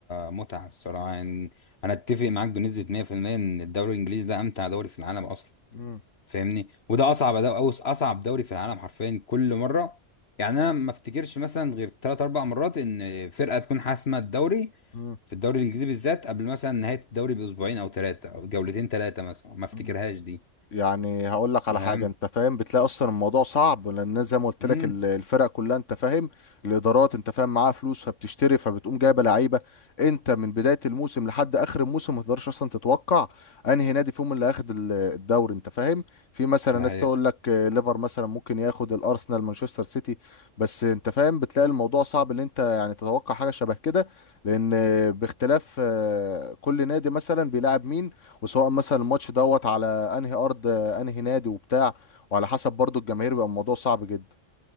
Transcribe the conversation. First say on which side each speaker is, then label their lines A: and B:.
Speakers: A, on the left; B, on the left.
A: متعة الصراحة يعني أنا أتفق معاك بنسبة 100% إن الدوري الإنجليزي ده أمتع دوري في العالم أصلا
B: مم،
A: فاهمني وده أصعب دوري أو أصعب دوري في العالم حرفيا كل مرة يعني أنا ما أفتكرش مثلا غير تلات أربع مرات إن فرقة تكون حاسمة الدوري
B: مم.
A: في الدوري الإنجليزي بالذات قبل مثلا نهاية الدوري بأسبوعين أو ثلاثة أو جولتين ثلاثة مثلا ما أفتكرهاش
B: مم.
A: دي
B: يعني هقول لك على
A: فاهم؟
B: حاجه انت فاهم بتلاقي اصلا الموضوع صعب لان زي ما قلت
A: مم،
B: لك ال- الفرق كلها انت فاهم الادارات انت فاهم معاها فلوس فبتشتري فبتقوم جايبه لعيبه انت من بدايه الموسم لحد اخر الموسم ما تقدرش اصلا تتوقع انهي نادي فيهم اللي هياخد ال- الدوري انت فاهم في مثلا
A: ده
B: ناس
A: حقيقة
B: تقول لك آه، ليفر مثلا ممكن ياخد الارسنال مانشستر سيتي بس انت فاهم بتلاقي الموضوع صعب ان انت يعني تتوقع حاجه شبه كده لان آه، باختلاف آه، كل نادي مثلا بيلعب مين وسواء مثلا الماتش دوت على انهي ارض انهي نادي وبتاع وعلى حسب برضو الجماهير بيبقى الموضوع صعب جدا